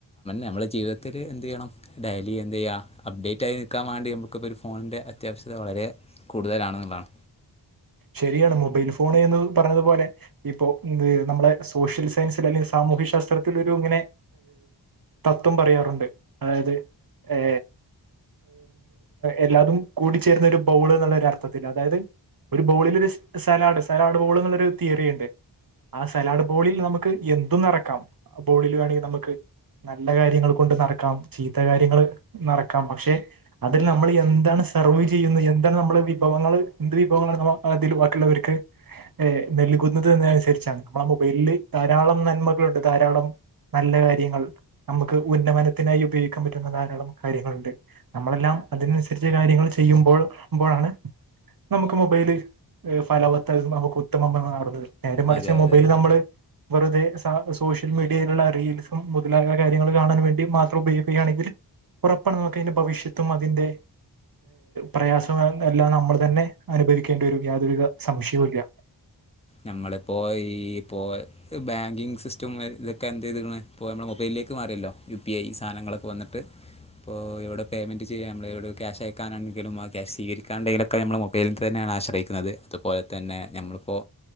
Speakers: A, on the left (about 15°); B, on the right (about 50°).
A: നമ്മളെ ജീവിതത്തിൽ എന്ത് ചെയ്യണം ഡയ്ലി എന്ത് ചെയ്യ അപ്ഡേറ്റ് ആയി നിക്കാൻ വേണ്ടി നമുക്ക് ഒരു ഫോണിന്റെ അത്യാവശ്യത വളരെ കൂടുതലാണെന്നുള്ളതാണ്
B: ശരിയാണ് മൊബൈൽ ഫോൺ എന്ന് പറഞ്ഞതു പോോലെ ഇപ്പോ നമ്മളെ സോഷ്യൽ സയൻസിൽ അല്ലെങ്കിൽ സാമൂഹ്യ ശാസ്ത്രത്തിലൊരു ഇങ്ങനെ തത്വം പറയാറുണ്ട് അതായത് ഏ എല്ലാതും കൂടിച്ചേരുന്ന ഒരു ബോള് നല്ലൊർത്ഥ ത്തിൽ അതായത് ഒരു ബോളിൽ ഒരു സലാഡ് സലാഡ് ബോള്ന്നുള്ളൊരു തിയറിണ്ട് ആ സലാഡ് ബോളിൽ നമുക്ക് എന്തും നറക്കാം ബോളിൽ വേണെങ്കിൽ നമുക്ക് നല്ല കാര്യങ്ങൾ കൊണ്ട് നറക്കാം ചീത്ത കാര്യങ്ങൾ നറക്കാം പക്ഷെ അതിൽ നമ്മൾ എന്താണ് സെർവ് ചെയ്യുന്നു എന്താണ് നമ്മള് വിഭവങ്ങൾ എന്ത് വിഭവങ്ങൾ ബാക്കിയുള്ളവർക്ക് നെൽകുന്നതനുസരിച്ചാണ് നമ്മൾ വല്ലി ധാരാളം നന്മകളുണ്ട് ധാരാളം നല്ല കാര്യങ്ങൾ നമുക്ക് ഉന്നമനത്തിനായി ഉപയോഗിക്കാൻ പറ്റുന്ന ധാരാളം കാര്യങ്ങളുണ്ട് നമ്മളെല്ലാം അതിനനുസരിച്ച് കാര്യങ്ങൾ ചെയ്യുമ്പോൾ മ്പോഴാണ് നമുക്ക് മൊബൈല് ഫലവത്ത് നമുക്ക് ഉത്തമ <unintelligible> നേരെ മറിച്ച്
A: അതെ
B: മൊബൈല്
A: അതെ
B: നമ്മള് വെറുതെ സ സോഷ്യൽ മീഡിയയിലുള്ള റീൽസും മുതലായ കാര്യങ്ങൾ കാണാൻ വേണ്ടി മാത്രം ഉപയോഗിക്കുകയാണെങ്കിൽ ഉറപ്പാണ് നമുക്കയിന്റെ ഭവിഷ്യത്തും അതിന്റെ പ്രയാസം എല്ലാം നമ്മള് അതന്നെ അനുഭവിക്കേണ്ടി വരും യാതൊരുവിധ സംശ്യോം ഇല്യ
A: നമ്മളിപ്പോ ഈ ഇപ്പോ ബാങ്കിങ് സിസ്റ്റം ഒന്ന് ഒക്കെ എന്തെയത്ക്ക്ണ് ഇപ്പോൾ നമ്മ മൊബൈലേക്ക് മാറിയല്ലോ യു പി ഐ സാനങ്ങളൊക്കെ വന്നിട്ട് ഇപ്പോൾ ഇവിടെ പേയ്മെന്റ് ചെയ്യാനും നമ്മവിടെ ക്യാശയക്കാന എങ്കിലും ആ സ്വീകരിക്കാണ്ടെലൊമ്മള് മൊബൈൽ തന്നെയാണ് ആശ്രയി അതുപോലെ തന്നെ നമ്മളിപ്പോ